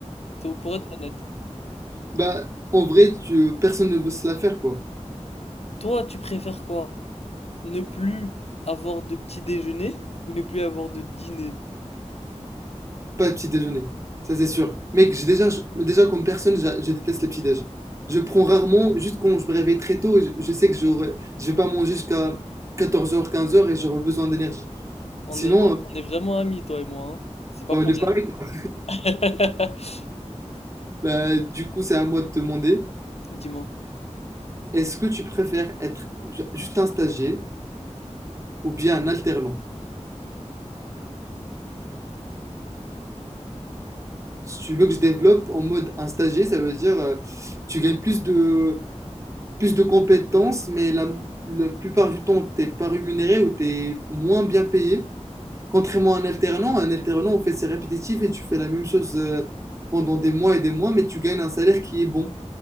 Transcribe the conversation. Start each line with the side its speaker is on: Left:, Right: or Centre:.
Left: Faut- Pour être honnête.
Right: Bah, en vrai, tu- euh, personne ne veut se la faire, quoi.
Left: Toi, tu préfères quoi? Ne plus avoir de petit déjeuner ou ne plus avoir de dîner?
Right: Pas le petit déjeuner. Ça, c'est sûr. Mec, j'ai déjà, je- déjà, comme personne, j'a- je déteste le petit déj. Je prends rarement, juste quand je me réveille très tôt, je, je sais que j'aurai- je vais pas manger jusqu'à quatorze heures, quinze heures, et j'aurai besoin d'énergie.
Left: On
Right: Sinon,
Left: est, on, on
Right: euh,
Left: est vraiment amis, toi et moi, hein. C'est pas
Right: bah,
Left: pour
Right: on est
Left: rien.
Right: pareil, quoi.
Left: <laughs>
Right: Bah, du coup, c'est à moi de te demander,
Left: Dis-moi.
Right: est-ce que tu préfères être ju- juste un stagiaire ou bien un alternant? Si tu veux que je développe en mode un stagiaire, ça veut dire euh, tu gagnes plus de, plus de compétences, mais la, la plupart du temps, t'es pas rémunéré ou t'es moins bien payé. Contrairement à un alternant, un alternant, on fait ses répétitifs et tu fais la même chose euh, pendant des mois et des mois, mais tu gagnes un salaire qui est bon.